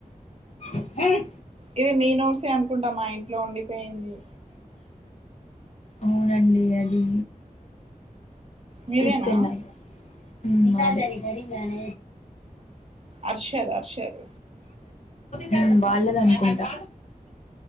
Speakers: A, on the left; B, on the right.
A: <inaudible> హెయ్
B: ఇది మీ నోట్సే అనుకుంటా, మా ఇంట్లో ఉండిపోయింది.
A: అవునండి అది
B: మీదేనా
A: తీసుకెళ్ళాలి మ్మ్ బానే చేసాడ
B: అర్షద్ అర్షద్
A: నిను బార్ల పనుకుంటా